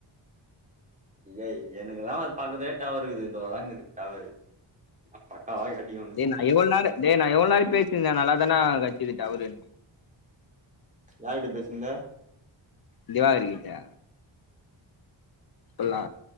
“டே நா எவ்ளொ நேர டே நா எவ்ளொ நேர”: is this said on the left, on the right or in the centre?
Left